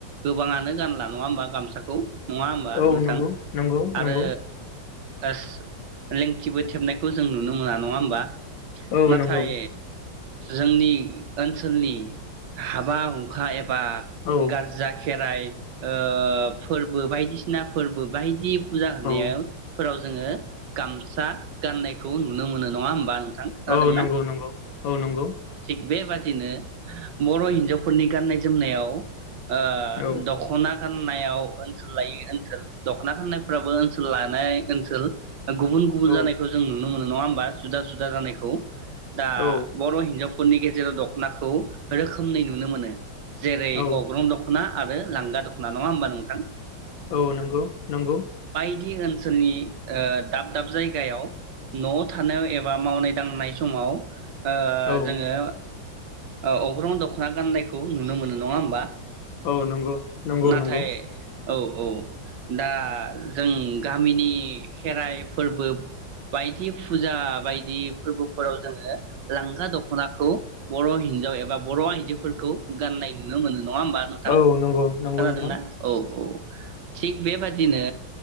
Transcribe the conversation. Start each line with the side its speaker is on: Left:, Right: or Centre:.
Right: गोबाङानो गानला नङा ओमबा गामसाखौ नङा होमबा
Left: औ
Right: नोंथां
Left: नंगौ नंगौ
Right: आरो
Left: नंगौ
Right: ओ लेंथिबो थेबनायखौ जों नुनो मोना नङा ओमबा ।
Left: औ
Right: नाथाय
Left: नंगौ
Right: जोंनि ओनसोलनि हाबा हुखा एब बा
Left: औ
Right: गारजा खे राय ओ फोरबो बायदिसिना फोरबो बायदि फुजा होननायाव
Left: औ
Right: फोराव जोङो गामसा गाननायखौ नुनो मोनो नङा ओमबा? थां खोनादोंना
Left: औ नंगौ नंगौ औ नंगौ
Right: थिग बेबाद नो बर' हिनजावफोरनि गाननाय जोमनायाव ओ
Left: औ
Right: दख' ना गाननायाव ओनसोल लायो ओनसोल दख'ना गाननायफ्राबो ओनसोल लानाय ओनसोल गुबुन गुबुन
Left: औ
Right: जानायखौ जों नुनो मोनो । नङा ओमबा जुदा जुदा जानायखौ दा
Left: औ
Right: बर' हिनजाव फोरनि गेजेराव दख'नाखौ रोखोमनै नुनो मोनो । जेरै
Left: औ
Right: अग्रं दख' ना आरो लांगा दख'ना नङा ओमबा नोंथां?
Left: औ नंगौ नंगौ।
Right: दि ओनसोलनि ओ दाब दाब जायगायाव न' थानायाव एबा मावनाय दांनाय समाव ओ
Left: औ
Right: जोङो ओ अग्रं दख'ना गाननायखौ नुनो मोनो नङा ओमबा?
Left: औ नंगौ। नंगौ
Right: नाथाय
Left: नंगौ
Right: औ औ दा आ जों गामिनि खेराइ फोरबो बायदि फुजा बायदि फोरबोफोराव जोङो लांगा दख'नाखौ बर' हिनजाव एबा बर' आइजोफोरखौ गाननाय नुनो मोनो। नङा ओमबा नोंथां?
Left: औ नंगौ नंगौ
Right: खोनादों
Left: नोंथां
Right: ना औ औ थिग बेबादिनो